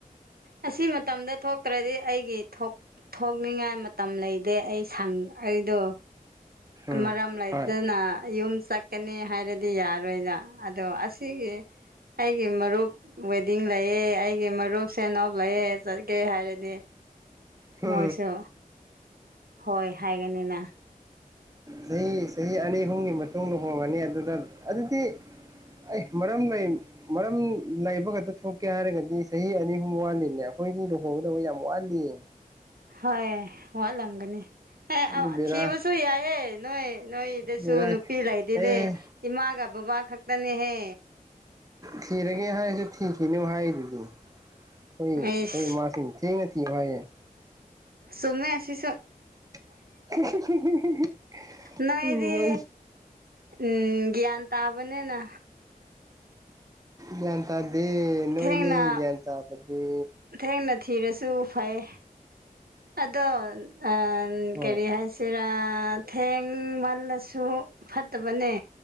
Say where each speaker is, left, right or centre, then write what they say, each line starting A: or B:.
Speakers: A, on the right; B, on the right.
A: ꯑꯁꯤ ꯃꯇꯝꯗ ꯊꯣꯛ ꯇ꯭ꯔꯗꯤ ꯑꯩꯒꯤ ꯊꯣꯛ ꯊꯣꯛꯅꯤꯡꯉꯥꯏ ꯃꯇꯝ ꯂꯩꯇꯦ ꯑꯩ ꯁꯪ ꯑꯩꯗꯣ
B: ꯎꯝ
A: ꯃꯔꯝ ꯂꯩꯇꯅ
B: ꯍꯣꯏ
A: ꯌꯨꯝ ꯆꯛ ꯀꯅꯤ ꯍꯥꯏꯔꯗꯤ ꯌꯥꯔꯣꯏꯗ ꯑꯗꯣ ꯑꯁꯤꯒꯤ ꯑꯩꯒꯤ ꯃꯔꯨꯞꯋꯦ ꯈꯨꯗꯤꯡ ꯂꯩꯑꯦ ꯑꯩꯒꯤ ꯃꯔꯨꯞꯁꯦꯅꯧ ꯂꯩꯑꯦ ꯆꯠꯀꯦ ꯍꯥꯏꯔꯗꯤ
B: ꯍ
A: ꯃꯣꯏꯁꯨ ꯍꯣꯏ ꯍꯥꯏꯒꯅꯤꯅ
B: ꯆꯍꯤ ꯆꯍꯤ ꯑꯅꯤ ꯑꯍꯨꯝꯒꯤ ꯃꯇꯨꯡꯗ ꯍꯣꯡꯕꯅꯤ ꯑꯗꯨꯗ ꯑꯗꯨꯗꯤ ꯑꯩ ꯃꯔꯝ ꯂꯩ꯫ ꯃꯔꯝ ꯂꯩꯕ ꯈꯛꯇ ꯊꯣꯛꯀꯦ ꯍꯥꯏꯔꯒꯗꯤ ꯆꯍꯤ ꯑꯅꯤ ꯑꯍꯨꯝ ꯋꯥꯠꯂꯤꯅꯦ ꯑꯩꯈꯣꯏꯗꯤ ꯂꯨꯍꯣꯡꯒꯗꯕ ꯌꯥꯝ ꯋꯥꯠꯂꯤꯌꯦ
A: ꯍꯣꯏ ꯋꯥꯠꯂꯝꯒꯅꯤ꯫ ꯍꯦ
B: ꯑꯗꯨ
A: ꯑꯊꯤꯕꯁꯨ
B: ꯕꯦꯔꯥ
A: ꯌꯥꯏꯌꯦ ꯅꯣꯏ ꯅꯣꯏꯗꯁꯨ
B: ꯕꯦꯔꯥ
A: ꯅꯨꯄꯤ ꯂꯩꯗꯤꯗꯤ꯫
B: ꯑꯦ
A: ꯏꯃꯒ ꯕꯕꯥ ꯈꯛꯇꯅꯦꯍꯦ꯫
B: ꯊꯤꯔꯒꯦ ꯍꯥꯏꯖꯨ ꯊꯤꯈꯤꯅꯨ ꯍꯥꯏꯗꯨꯗꯤ꯫ ꯎꯝ
A: ꯑꯩꯁ
B: <unintelligible> ꯊꯦꯡꯅ ꯊꯤ <unintelligible>
A: ꯆꯨꯝꯃꯦ ꯑꯁꯤꯁꯨ꯫
B: <unintelligible>
A: ꯅꯣꯏꯗꯤ
B: ꯎꯝ ꯅꯣꯏ
A: ꯎꯝ ꯒ꯭ꯌꯥꯟ ꯇꯥꯕꯅꯤꯅ꯫
B: ꯒ꯭ꯌꯥꯟ ꯇꯥꯗꯦ ꯅꯣꯏꯅꯤ
A: ꯊꯦꯡꯅ
B: ꯒ꯭ꯌꯥꯟ ꯇꯥꯕꯗꯣ
A: ꯊꯦꯡꯅ ꯊꯤꯔꯁꯨ ꯐꯩ ꯑꯗꯣ ꯑ
B: ꯍꯣꯏ
A: ꯀꯔꯤ ꯍꯥꯏꯁꯤ ꯍꯦꯔ ꯊꯦꯡ ꯃꯥꯜꯂꯁꯨ ꯐꯠꯇꯕꯅꯦ꯫